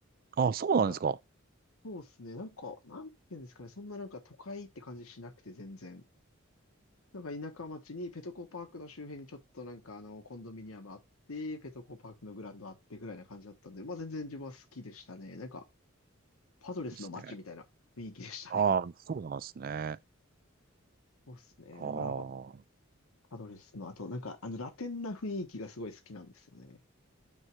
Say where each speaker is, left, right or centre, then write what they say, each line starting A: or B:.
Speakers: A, on the right; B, on the left.
A: ああ、そうなんですか。
B: なんか、そうですね。なんか、なんていうんですかね。そんななんか都会って感じしなくて全然。なんか田舎町にペトコパークの周辺にちょっとなんかあの、コンドミニアムあって、ペトコパークのグラウンドあってぐらいな感じだったんで、まあ全然自分は好きでしたね。なんか、パドレスの街みたいな雰囲気でしたね。
A: いいっすね。ああ、そうなんですね。
B: <laughs> そうですね。
A: ああ。
B: だからなんか、パドレスの、あとなんかあの、ラテンな雰囲気がすごい好きなんですよね。